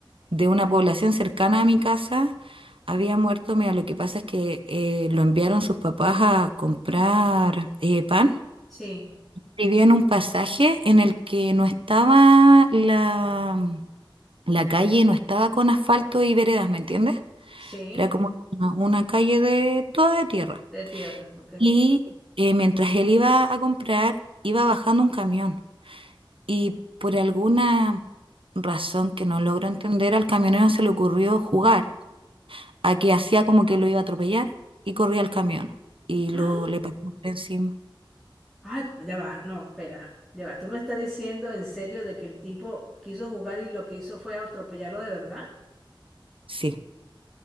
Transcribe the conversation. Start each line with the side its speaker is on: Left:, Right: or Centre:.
Right: de una población cercana a mi casa había muerto. Mira, lo que pasa es que eh, lo enviaron sus papás a comprar eh, pan.
Centre: Sí,
Right: Vivía en un pasaje en el que no estaba la, la calle, no estaba con asfalto y veredas, ¿me entiendes?
Centre: sí,
Right: Era como una una calle de toda de tierra.
Centre: de tierra, ok.
Right: Y eh, mientras él iba a comprar, iba bajando un camión. y por alguna razón que no logro entender, al camionero se le ocurrió jugar a que hacía como que lo iba a atropellar y corría al camión y lo
Centre: ¡Ah!
Right: le pasó por encima.
Centre: Ay, ya va, no, espera, ya va. ¿Tú me estás diciendo en serio de que el tipo quiso jugar y lo que hizo fue atropellarlo de verdad?
Right: Sí,